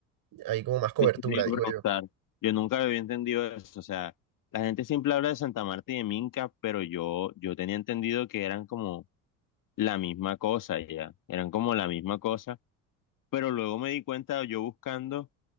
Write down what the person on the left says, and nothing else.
Eso te iba
a
preguntar. Yo nunca había entendido eso. O sea, la gente siempre habla de Santa Marta y de Minca, pero yo, yo tenía entendido que eran como la misma cosa, ya. Eran como la misma cosa. Pero luego me di cuenta yo buscando.